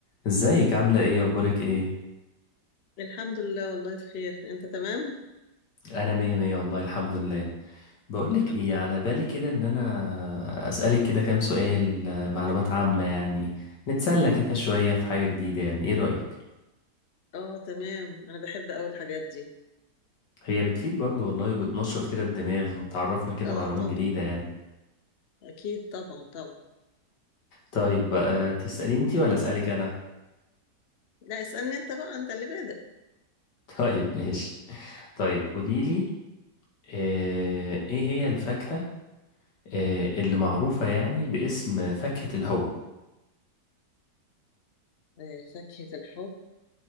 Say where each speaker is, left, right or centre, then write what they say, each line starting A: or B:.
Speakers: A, on the left; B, on the left.
A: ازيك عاملة ايه اخبارك ايه
B: الحمد لله والله بخير انت تمام
A: انا مية مية والله الحمد لله بقولك
B: الحمد
A: ايه
B: لله
A: على بالي كده ان انا اسألك كده كام سؤال آه، معلومات عامة يعني نتسلى كده شوية في حاجة جديدة يعني ايه رأيك
B: اه تمام انا بحب قوي الحاجات دي
A: هي بتفيد برضو والله وبتنشط كده الدماغ وتعرفنا كده
B: اه
A: معلومات
B: طب
A: جديدة يعني
B: اكيد طبعا طبعا
A: طيب بقى تسألي انتي ولا اسألك انا
B: لا اسألني انت بقى انت اللي بادئ
A: <laughs> طيب ماشي طيب
B: <laughs>
A: قوليلي آه، ايه هي الفاكهة آه، اللي معروفة يعني باسم فاكهة الحب
B: آه، فاكهة الحب